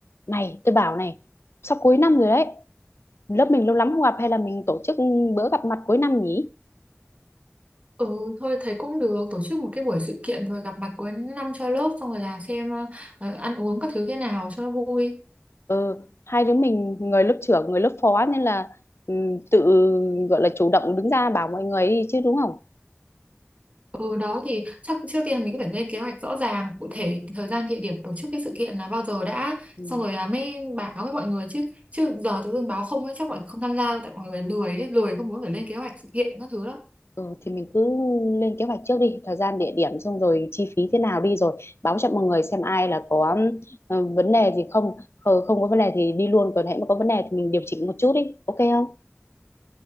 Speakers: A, on the left; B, on the right.
A: Này, tôi bảo này, sắp cuối năm rồi đấy. Lớp mình lâu lắm không gặp hay là mình tổ chức bữa gặp mặt cuối năm nhỉ?
B: Ừ, thôi thấy cũng được tổ chức một cái buổi sự kiện rồi gặp mặt cuối năm cho lớp xong rồi là xem ờ, ờ, ăn uống các thứ thế nào cho nó vui
A: Ừ, hai đứa mình người lớp trưởng, người lớp phó nên là ừ, tự gọi là chủ động đứng ra bảo mọi người đi chứ đúng không?
B: ừ đó thì chắc trước tiên mình cứ phải lên kế hoạch rõ ràng cụ thể thời gian địa điểm tổ chức cái sự kiện là bao giờ đã
A: Ừ.
B: xong rồi là mới báo với mọi người chứ chứ giờ tự dưng báo không ấy chắc mọi người không tham gia đâu tại mọi người lười ấy, lười không muốn phải lên kế hoạch sự kiện các thứ đâu
A: ừ, thì mình cứ lên kế hoạch trước đi, thời gian, địa điểm xong rồi chi phí thế nào đi rồi báo cho mọi người xem ai là có ừ, vấn đề gì không, Ờ, không có vấn đề thì đi luôn còn hãy mà có vấn đề thì mình điều chỉnh một chút đi, ok không?